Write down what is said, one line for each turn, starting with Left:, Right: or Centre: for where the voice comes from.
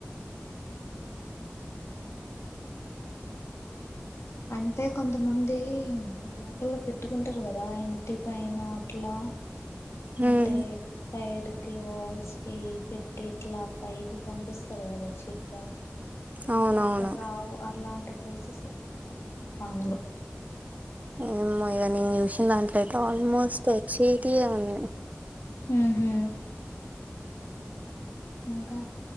Left: ఆహా అంటే కొంతమంది లోపల పెట్టుకుంటారు కదా ఇంటి పైన అట్లా
Right: హ్మ్
Left: అంటే సైడు కి వాల్స్ కి పెట్టి ఇట్లా పైకి పంపిస్ <unintelligible> చిట్టా
Right: అవునవును
Left: మరక్కడ రావు అర్లాన్ టి ప్లేసెస్ లో రావు మరి పాములు
Right: ఏమో ఇగ నేను చూసిన దాంట్లో అయితే ఆల్మోస్ట్ వచ్చేటియే అన్నీ
Left: ఊహూ ఇంకా